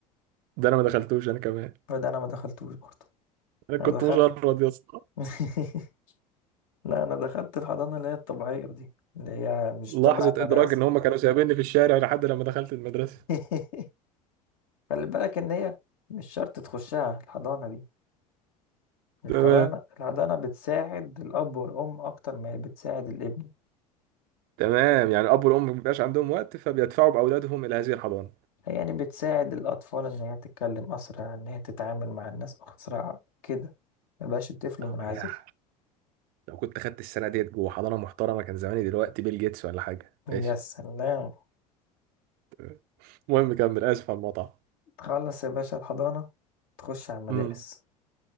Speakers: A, on the right (about 45°); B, on the left (about 60°).
A: ده انا ما دخلتوش انا كمان
B: وده أنا ما دخلتوش برضه
A: انا كنت
B: أنا دخلت
A: مشرد يا اسطى
B: <laughs> لا انا دخلت الحضانه اللي هي الطبيعيه دي اللي هي مش
A: لحظه
B: تبع المدرسه
A: ادراك ان هم كانوا سايبيني في الشارع لحد لما دخلت المدرسه
B: <laughs> خلي بالك ان هي مش شرط تخشها الحضانه دي الحضانه
A: تمام
B: الحضانه بتساعد الاب والام اكتر ما هي بتساعد الابن
A: تمام يعني الاب والام ما بيبقاش عندهم وقت فبيدفعوا باولادهم الى هذه الحضانه
B: هي يعني بتساعد الاطفال ان هي تتكلم اسرع ان هي تتعامل مع الناس اسرع كده مبقاش الطفل
A: آه،
B: منعزل
A: يا لو كنت خدت السنه ديت جوه حضانه محترمه كان زماني دلوقتي بيل جيتس ولا حاجه
B: يا
A: ماشي
B: سلام
A: تمام المهم كمل اسف على المقطع
B: تخلص يا باشا الحضانه تخش على المدارس
A: امم